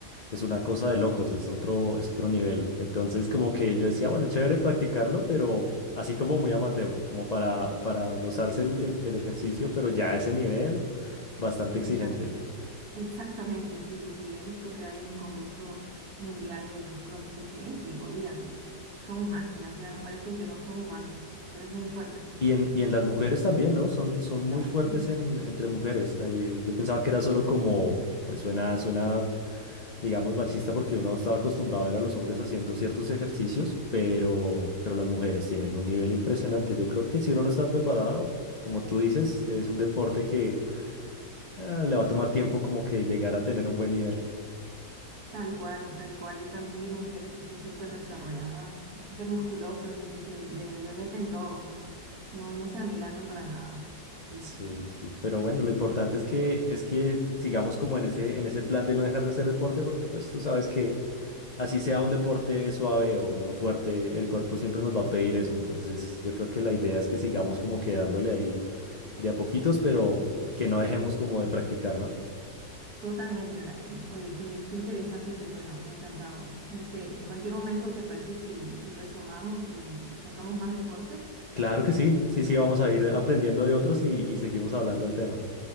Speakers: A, on the left; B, on the right.
A: es una cosa de locos, es otro, es otro nivel. Entonces, como que yo decía, bueno, chévere practicarlo, pero así como muy amateur, como para, para gozarse el, el el ejercicio, pero ya a ese nivel, bastante
B: Exacto.
A: exigente.
B: Exactamente, sí, sí, sí. He visto que hay un concurso mundial de los CrossFit Games y olvídate, s- son máquinas, ya parecen que no son humanos, pero es muy fuerte, muy fuerte.
A: Y en, y en las mujeres también, ¿no? Son, son muy
B: También.
A: fuertes en, entre mujeres. Ahí, yo pensaba que era solo como, pues suena, suena, digamos, machista porque uno estaba acostumbrado a ver a los hombres haciendo ciertos ejercicios, pero, pero las mujeres tienen un nivel impresionante. Yo creo que si uno no está preparado, como tú dices, es un deporte que ah, le va a tomar tiempo como que llegar a tener un buen nivel.
B: Tal cual, tal cual. Yo también vi mujeres así súper desarrolladas, súper musculosas, así que le, le meten todo, ¿no? No, no se amilanan para nada. Sí,
A: Sí,
B: sí, sí.
A: sí, pero bueno, lo importante es que es que sigamos como en ese en ese plan de no dejar de hacer deporte porque pues tú sabes que así sea un deporte suave o uno fuerte, el cuerpo siempre nos va a pedir eso. Entonces, yo creo que la idea es que sigamos como quedándole ahí de a poquitos, pero que no dejemos como de practicar, ¿no?
B: Totalmente, Brian. Oye, qué, qué interesante este tema, me ha encantado. No sé, en cualquier momento, ¿te parece si, si retomamos y, y sacamos más deportes?
A: Claro que sí, sí, sí, vamos a ir aprendiendo de otros y, y seguimos hablando al tema.